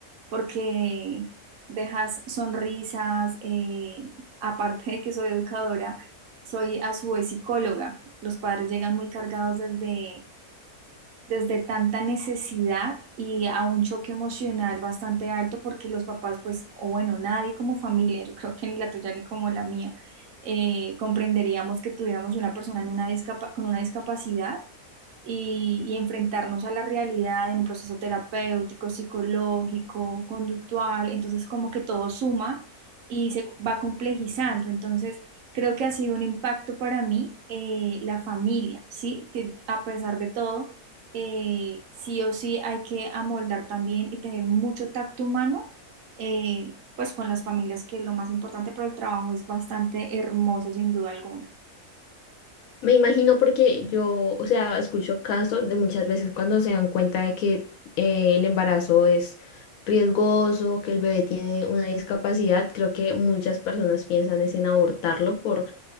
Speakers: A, on the right; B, on the left.
A: porque dejas sonrisas, eh, aparte de que soy educadora, soy a su vez psicóloga. Los padres llegan muy cargados desde desde tanta necesidad y a un choque emocional bastante alto porque los papás, pues, o bueno, nadie como familia, yo creo que ni la tuya ni como la mía, eh, comprenderíamos que tuviéramos una persona en una discapa- con una discapacidad y, y enfrentarnos a la realidad en un proceso terapéutico, psicológico, conductual, entonces como que todo suma y se va complejizando, entonces creo que ha sido un impacto para mí eh, la familia, ¿sí? Que a pesar de todo, eh, sí o sí hay que amoldar también y tener mucho tacto humano, eh, pues con las familias, que es lo más importante, pero el trabajo es bastante hermoso sin duda alguna.
B: Me imagino porque yo, o sea, escucho casos de muchas veces cuando se dan cuenta de que eh, el embarazo es riesgoso, que el bebé tiene una discapacidad, creo que muchas personas piensan es en abortarlo por